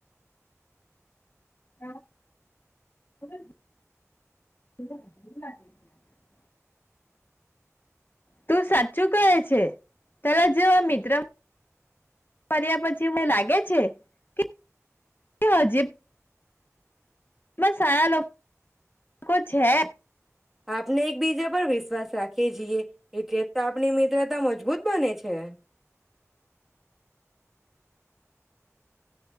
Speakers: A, on the left; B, in the centre.
A: <inaudible> તું સાચું કહે છે તરા જેવા મિત્ર ફર્યા પછી હું લાગે છે કે હજી એમાં સારા લોકો છે.
B: આપને એકબીજા પર વિશ્વાસ રાખીએ જીએ એટલે તો આપણી મિત્રતા મજબૂત બને છે.